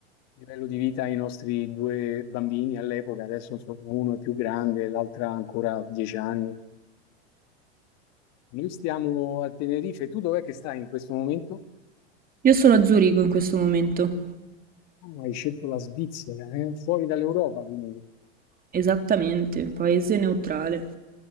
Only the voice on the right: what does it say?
Io sono a Zurigo in questo momento.
Esattamente, un paese neutrale.